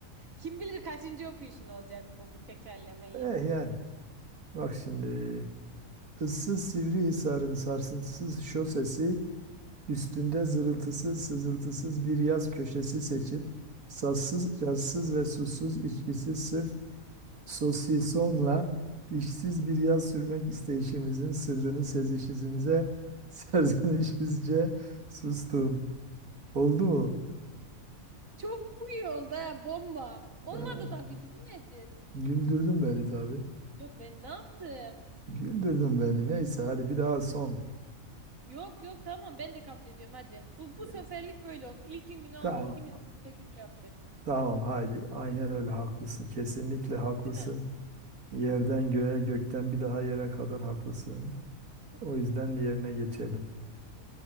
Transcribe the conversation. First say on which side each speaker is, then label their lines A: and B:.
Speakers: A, on the right; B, on the right.
A: Kim bilir kaçıncı okuyuşun olacak bu bu tekerlemeyi.
B: Eh yani bak şimdi. Issız Sivrihisar'ın sarsıntısız şosesi Üstünde zırıltısız, sızıltısız bir yaz köşesi seçip, sassız, cazsız ve susuz içkisi sırf sosisonla işsiz bir yaz sürmek isteyişimizin sırrını sezişimize <laughs> serzenişizce sustum. Oldu mu?
A: Çok iyi oldu ha bomba. Olmadı
B: Ee,
A: tabii ki bu nedir?
B: güldürdün beni tabii.
A: Ya ben ne yaptım?
B: Güldürdün beni. Neyse hadi bir daha son.
A: Yok yok tamam ben de kabul ediyorum hadi. Bu bu
B: Ee,
A: seferlik böyle olsun. İlkin günah
B: Tamam,
A: olmaz. İkimiz de kötü yaptık.
B: tamam haydi. Aynen öyle haklısın. Kesinlikle haklısın.
A: Değil mi?
B: Yerden göğe, gökten bir daha yere kadar haklısın. O yüzden diğerine geçelim.